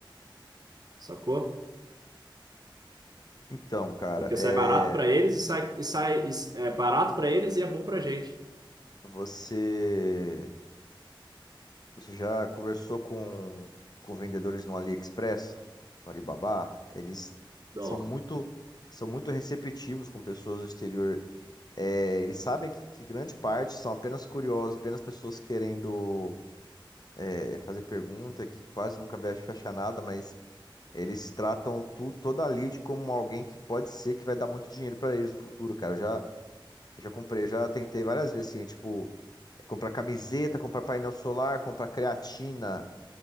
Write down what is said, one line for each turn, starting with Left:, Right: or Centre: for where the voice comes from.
Right: sacou?
Left: Então, cara,
Right: Porque
Left: é...
Right: sai barato pra eles e sai, e sai e s- é barato pra eles e é bom pra gente.
Left: você Você já conversou com, com vendedores no AliExpress, no Alibaba? Eles
Right: Não.
Left: são muito, são muito receptivos com pessoas do exterior. É, eles sabem que, que grande parte são apenas curiosos, apenas pessoas querendo é, fazer pergunta, que quase nunca vai fechar nada, mas eles tratam tu, toda a lead como alguém que pode ser que vai dar muito dinheiro para eles no futuro, cara. Eu já, eu já comprei, eu já tentei várias vezes, assim, tipo, comprar camiseta, comprar painel solar, comprar creatina